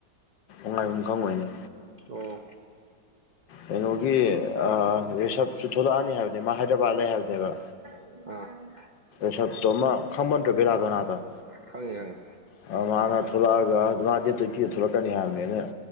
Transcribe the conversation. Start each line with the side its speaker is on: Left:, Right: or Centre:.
Left: ꯉꯥꯏꯍꯨꯝ ꯈꯪꯉꯣꯏꯅꯤ
Right: ꯑꯣ
Left: ꯀꯩꯅꯣꯒꯤ ꯔꯤꯁꯞꯁꯨ ꯊꯣꯛꯂꯛꯑꯅꯤ ꯍꯥꯏꯕꯅꯦ ꯃꯥ ꯍꯥꯏꯗ꯭ꯔꯕꯥꯠ ꯂꯩ ꯍꯥꯏꯕꯅꯦꯕ
Right: ꯑꯥ
Left: ꯁꯞꯇꯣ ꯑꯃ ꯈꯃꯟ꯭ꯔꯣ ꯂꯗꯣꯅꯥꯗ
Right: ꯈꯪꯑꯦ-ꯈꯪꯑꯦ
Left: ꯑ ꯃꯥꯅ ꯊꯣꯛꯂꯛꯑꯒ ꯃꯥꯗꯤ ꯇꯤ ꯗꯦꯠ ꯇꯣꯟꯇꯤꯗ ꯊꯣꯛꯂꯛꯀꯅꯤ ꯍꯥꯏꯕꯅꯦ ꯑꯗꯨꯅ